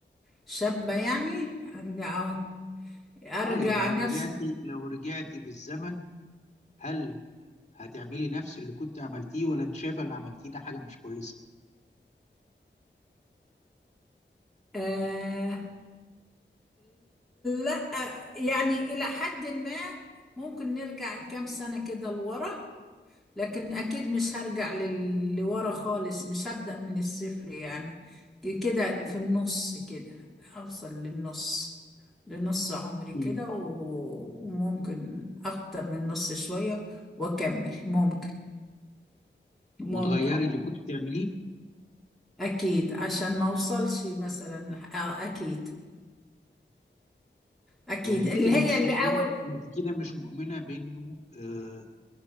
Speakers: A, in the centre; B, on the left.
A: شابة يعني أرجع أقعد- أرجع
B: اه يعني لو
A: نفسي
B: رجعتي لو رجعتي بالزمن هل هتعملي نفس اللي كنت عملتيه ولا انت شايفه اللي عملتيه ده حاجه مش كويسه
A: آه لا يعني إلى حد ما ممكن نرجع كام سنة كده لورا لكن أكيد مش هرجع لل- لورا خالص مش هبدأ من الصفر يعني كده في النص كده هوصل للنص لنص عمري كده
B: مم.
A: و- وممكن أكتر من نص شوية وأكمل ممكن ممكن
B: وتغيري اللي كنت بتعمليه
A: أكيد عشان ما أوصلش مثلا آه أكيد أكيد
B: يعني انت
A: اللي
B: كده
A: هي
B: مش
A: اللي
B: مؤمنه
A: أول
B: انت كده مش مؤمنه بانه آه،